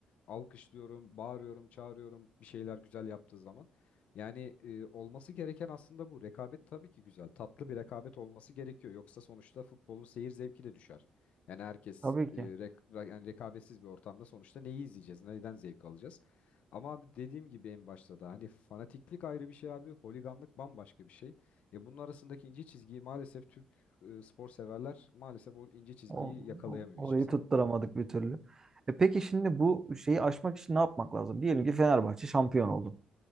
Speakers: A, on the left; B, on the right.
A: Alkışlıyorum, bağırıyorum, çağırıyorum bir şeyler güzel yaptığı zaman. Yani e, olması gereken aslında bu. Rekabet tabii ki güzel. Tatlı bir rekabet olması gerekiyor. Yoksa sonuçta futbolun seyir zevki de düşer. Yani herkes
B: tabii ki.
A: e, rek- ra- yani rekabetsiz bir ortamda sonuçta neyi izleyeceğiz, neyden zevk alacağız? Ama abi dediğim gibi en başta da hani fanatiklik ayrı bir şey abi, holiganlık bambaşka bir şey. Ya bunun arasındaki ince çizgiyi maalesef Türk e, spor severler maalesef o ince çizgiyi
B: O,
A: yakalayamıyor
B: o- orayı
A: hiçbir zaman.
B: tutturamadık bir türlü. E peki şimdi bu şeyi aşmak için ne yapmak lazım? Diyelim ki Fenerbahçe şampiyon oldu.